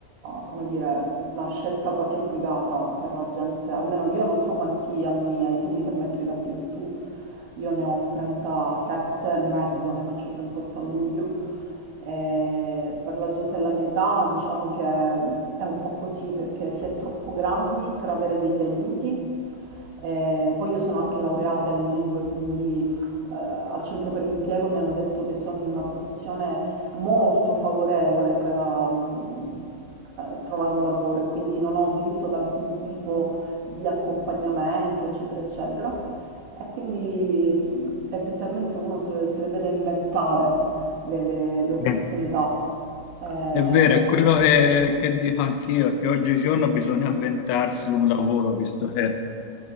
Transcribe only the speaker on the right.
come dire, una scelta quasi obbligata per la gente, almeno io non so quanti anni hai tu, mi permetto di darti del tu, io ne ho 37 e mezzo, ne faccio 38 a luglio. E per la gente della mia età diciamo che è un po' così perché si è troppo grandi per avere degli aiuti. E poi io sono anche laureata in lingue, quindi eh, al centro per l'impiego mi hanno detto che sono in una posizione molto favorevole per ehm, eh, trovare un lavoro e quindi non ho diritto ad alcun tipo di accompagnamento, eccetera, eccetera. E quindi mh, essenzialmente uno se le, se le deve inventare le, le- le opportunità.
Eh, eh,